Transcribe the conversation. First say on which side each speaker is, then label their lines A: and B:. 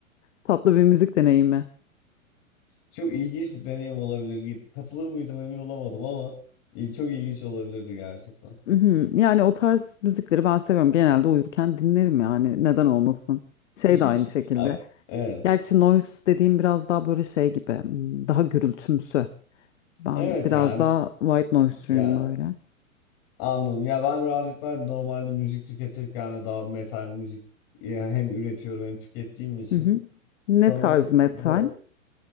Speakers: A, on the left; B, on the left.
A: tatlı bir müzik deneyimi.
B: Çok ilginç bir deneyim olabilir. Katılır mıydım emin olamadım ama il- çok ilginç olabilirdi gerçekten.
A: Mhm. Yani o tarz müzikleri ben seviyorum. Genelde uyurken dinlerim yani neden olmasın. Şey
B: <laughs>
A: de aynı şekilde.
B: Ay, evet.
A: Gerçi noise dediğim biraz daha böyle şey gibi hmm, daha gürültümsü. Ben
B: Evet
A: biraz
B: ya
A: daha white noise'cuyum
B: ya
A: böyle.
B: anladım. Ya ben birazcık daha normalde müzik tüketirken de daha metal müzik ya hem üretiyorum hem tükettiğim için
A: Hı hı. Ne
B: sanırım
A: tarz metal?
B: böyle